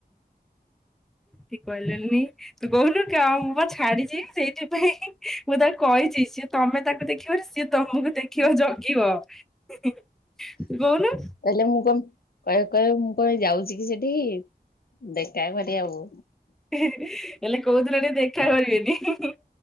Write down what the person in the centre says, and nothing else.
ସେଠି କହିଲେନି ତୁ କହୁନୁ କା ମୁଁ ବା ଛାଡିଚି ସେଇଥିପାଇଁ ମୁଁ ତାକୁ କହିଚି ସ ତମେ ତାକୁ ଦେଖିବ ନା ସିଏ ତମକୁ ଦେଖିବ ଜଗିବ ତୁ କହୁନୁ।
ହେଲେ କୋଉଦିନ ଟିକେ ଦେଖା କରିବେନି